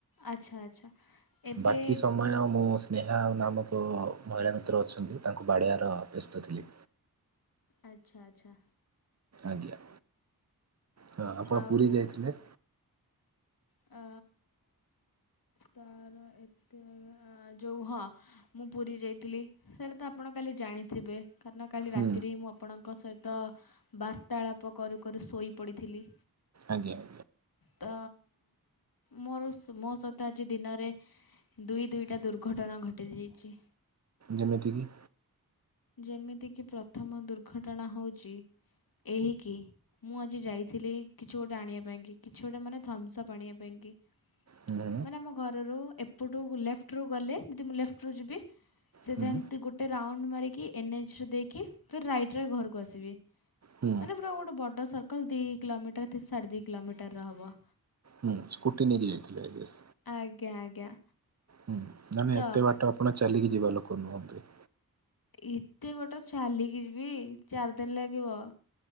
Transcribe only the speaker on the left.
ଆଚ୍ଛା ଆଚ୍ଛା ଏବେ
ଆଚ୍ଛା ଆଚ୍ଛା।
ଆଉ
ଆ ତାର ଏତେ ଯୋଉ ହଁ ମୁଁ ପୁରୀ ଯାଇଥିଲି, ସେଇଟା ତ ଆପଣ କାଲି ଜାଣିଥିବେ କାରଣ କାଲି
ରାତିରେ ହିଁ ମୁଁ ଆପଣଙ୍କ ସହିତ ବାର୍ତ୍ତାଳାପ କରୁ କରୁ ଶୋଇପଡ଼ିଥିଲି।
ତ ମୋର ମୋ ସହି ତ ଆଜି ଦିନରେ ଦୁଇ ଦୁଇଟା ଦୁର୍ଘଟଣା ଘଟିଯାଇଛି।
ଯେମିତିକି ପ୍ରଥମ ଦୁର୍ଘଟଣା ହେଉଛି, ଏହିକି ମୁଁ ଆଜି ଯାଇଥିଲି କିଛି ଗୋଟେ ଆଣିବା ପାଇଁକି, କିଛି ଗୋଟେ ମାନେ ଥମ୍ସଅପ୍ ଆଣିବା ପାଇଁକି।
ମାନେ ଆମ ଘରରୁ ଏପଟୁ ଲେଫ୍ଟରୁୁ ଗଲେ, ଯଦି ମୁଁ ଲେଫ୍ଟରୁୁ ଯିବି ସିଧା
ଏମିତି ଗୋଟେ ରାଉଣ୍ଡ ମାରିକି, ଏନ୍ ଏଚ୍ ରେ ଦେଇକି ଫିର୍ ରାଇଟ ରେ ଘରକୁ ଆସିବି।
ମାନେ ପୁରା ଗୋଟେ ବର୍ଡ ସର୍କଲ, ଦି କିଲୋମିଟର ସାଢ଼େ ଦି କିଲୋମିଟର ର ହବ।
ଆଜ୍ଞା ଆଜ୍ଞା।
ତ
ଏତେ ବାଟ ଚାଲିକି ଯିବି, ଚାରି ଦିନ ଲାଗିବ।